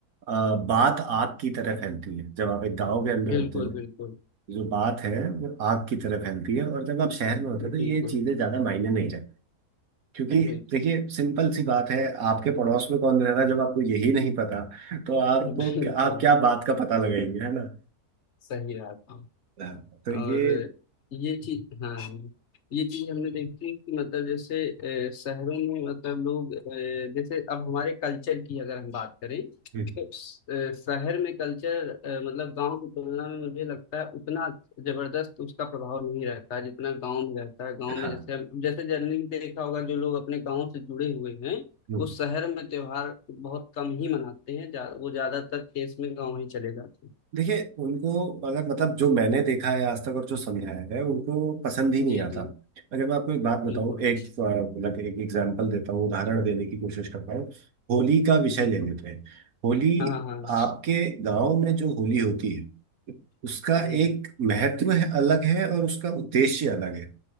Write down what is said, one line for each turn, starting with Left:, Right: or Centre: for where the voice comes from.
Right: अ, बात आग की तरह फैलती है जब आप एक गांव के अंदर
Left: बिल्कुल
Right: होते हैं
Left: बिल्कुल
Right: जो बात है वो आग की तरह फैलती है और जब आप शहर में होते
Left: बिल्कुल
Right: हैं तो ये चीजें ज्यादा मायने नहीं रखती क्योंकि
Left: बिल्कुल
Right: देखिए
Left: बिल्कुल
Right: सिंपल सी बात है आपके पड़ोस में कौन रह रहा है जब आपको यही नहीं पता तो आपको
Left: <laughs> बिल्कुल
Right: आप क्या बात का पता लगाएंगे है ना
Left: सही रास्ता
Right: हाँ, तो ये
Left: और ये चीज हाँ हाँ, ये चीज हमने देखी कि मतलब जैसे अ, शहरों में मतलब लोग अ, जैसे अब हमारे कल्चर की अगर हम बात करें
Right: हम्म,
Left: तो स- अ, शहर में कल्चर मतलब गांव की तुलना में मुझे लगता है उतना जबरदस्त उसका प्रभाव नहीं रहता जितना गांव में रहता है गांव
Right: हाँ
Left: में जैसे हम जैसे जनरली देखा होगा जो लोग अपने गांव से जुड़े हुए हैं
Right: हम्म।
Left: वो शहर में त्योहार बहुत कम ही मनाते हैं जा, वो ज्यादातर केस में गांव ही चले जाते हैं
Right: देखिए उनको अगर मतलब जो मैंने देखा है आज तक और जो समझाया है उनको पसंद ही नहीं
Left: जी
Right: आता
Left: जी
Right: अगर मैं आपको एक बात
Left: बिल्कुल
Right: बताऊं एक अ, मतलब एक एग्जांपल देता हूँ उदाहरण देने की कोशिश करता हूँ होली का विषय
Left: बिल्कुल
Right: ले लेते हैं होली
Left: हाँ हाँ जी
Right: आपके गांव में जो होली होती है उसका
Left: जी
Right: एक महत्व है अलग है और उसका उद्देश्य अलग है